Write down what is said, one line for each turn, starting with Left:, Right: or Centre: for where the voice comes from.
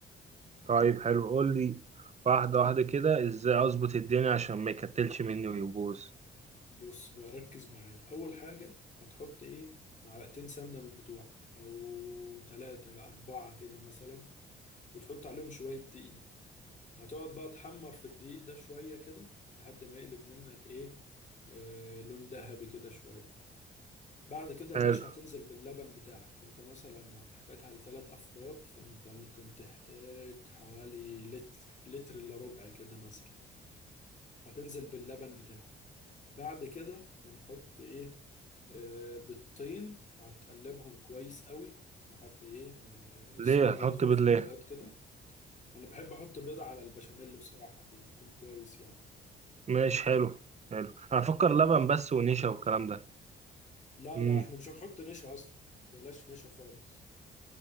Right: طيب حلو قول لي واحده واحده كده ازاي اظبط الدنيا عشان ما يكتلش مني ويبوظ
Left: بص بقى ركز معايا اول حاجة هتحط ايه معلقتين سمنة من بتوعك او ثلاثة يا اربعة كده مثلا وتحط عليهم شوية دقيق هتقعد بقى تحمر في الدقيق ده شوية كده لحد ما يقلب منك ايه آه لون ذهبي كده شوية بعد كده يا
Right: حلو
Left: باشا هتنزل باللبن بتاعك انت مثلا هتحتاجها لثلاث افراد فانت ممكن تحتاج حوالي لتر لتر الا ربع كده مثلا هتنزل باللبن بتاعك بعد كده هنحط ايه آه بالطين هتقلبهم كويس قوي لحد ايه ما الصفار
Right: ليه هنحط
Left: يدخل
Right: بيض
Left: في
Right: ليه
Left: البياض كده انا بحب احط بيضة على البشاميل بصراحة بيكون كويس يعني
Right: ماشي حلو حلو انا افكر لبن بس ونشا والكلام
Left: لا
Right: ده
Left: لا احنا مش هنحط نشا اصلا بلاش نشا خالص